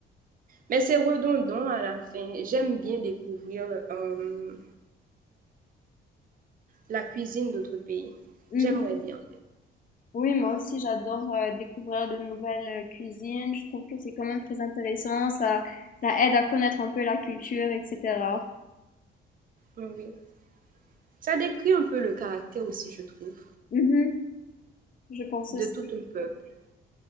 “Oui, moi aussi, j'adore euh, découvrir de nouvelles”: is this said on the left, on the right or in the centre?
Left